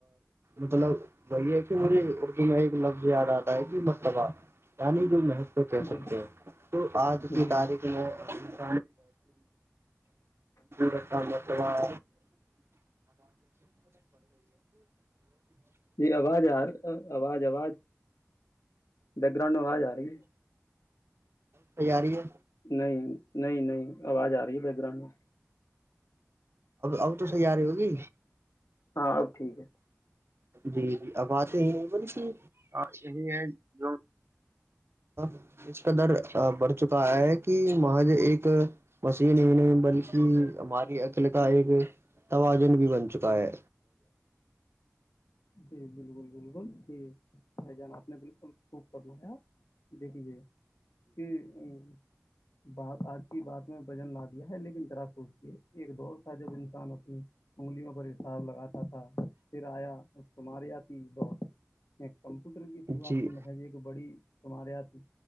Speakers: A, on the right; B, on the left.
A: مطلب وہی ہے کہ مجھے اردو میں ایک لفظ یاد آتا ہے کہ مرلبہ یعنی جو م کو کہہ
B: جی
A: سکتے ہیں تو آج کی
B: جی
A: تاریخ میں ک رت اتباد
B: جی آوازار آواز آواز بیک گراؤنڈ میں آواز آ رہی ہے
A: تیاری ہے
B: نہیں نہیں نہیں آواز آ رہی ہے د گھر میں
A: ا تسے آارے ہوگی
B: ہاں اب ٹھیک ہے
A: جی جی اب بات یہی نہیں بلی کہ یہی ہے جو ہ اس کا در بڑھ چکا ہے کہ مج ایک مسیین ہی نہیں بلکہ ہمارے ال کاائے گ توجن بھی بن چکا ہے
B: جی بالکل بالکل ن ج نہیں جانا نے بالکل خوب فرمایا دیک دیجے جی ا بات آج کی بات میں وجن لا دیا ہے لیکن ذرا سوچتی ایک دور تھا جب انسان اپنی انگلیوں پر حساب لگاتا تھا پھر آیا تماریے آتی بہت کمپیوٹر کی شروعات
A: جی
B: تو محضی ایک بڑی تمہارے آتیھی